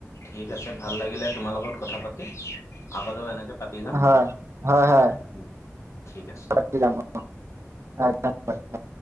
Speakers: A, on the left; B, on the right.
A: ঠিক আছে, ভাল লাগিলে তোমাৰ লগত কথা পা তি আগলৈও এনেকৈ পাতি যাম,
B: হয় হয় হয়
A: উম ঠিক আছে।
B: <inaudible>